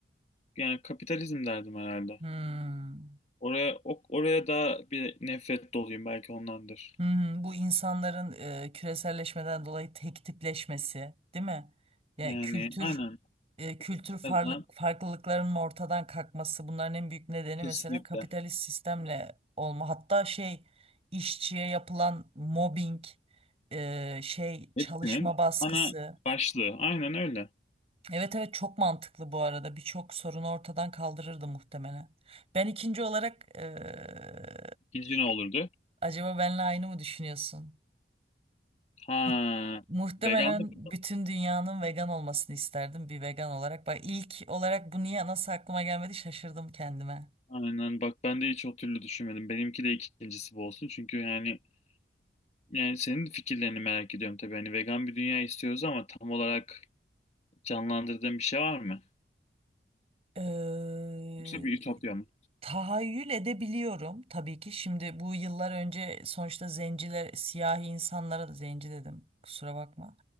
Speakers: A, on the left; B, on the right.
A: Yani kapitalizm derdim herhalde.
B: Hmm.
A: Oraya ok- oraya da bir nefret doluyum belki ondandır.
B: Hmm, bu insanların e, küreselleşmeden dolayı tek tipleşmesi, değil mi? Yani
A: Yani
B: kültür
A: aynen.
B: e, kültür farlılık,
A: Kazan
B: farklılıklarının ortadan kalkması bunların en büyük nedeni
A: kesinlikle.
B: mesela kapitalist sistemle olma. Hatta şey işçiye yapılan mobbing, e, şey çalışma
A: Hepsinin
B: baskısı.
A: ana başlığı. Aynen öyle.
B: Evet evet çok mantıklı bu arada. Birçok sorunu ortadan kaldırırdı muhtemelen. Ben ikinci olarak eee,
A: İkinci ne olurdu?
B: acaba benle aynı mı düşünüyorsun?
A: Ha,
B: Bi- Muhtemelen
A: veganlık mı?
B: bütün dünyanın vegan olmasını isterdim bir vegan olarak. Bak ilk olarak bu niye nasıl aklıma gelmedi şaşırdım kendime.
A: Aynen bak ben de hiç o türlü düşünmedim. Benimki de ikincisi bu olsun. Çünkü yani Yani senin fikirlerini merak ediyorum tabii. Hani vegan bir dünya istiyoruz ama tam olarak canlandırdığın bir şey var mı?
B: Eee,
A: Yoksa bir ütopya mı?
B: Tahayyül edebiliyorum tabii ki. Şimdi bu yıllar önce sonuçta zenciler, siyahi insanlara da zenci dedim. Kusura bakma.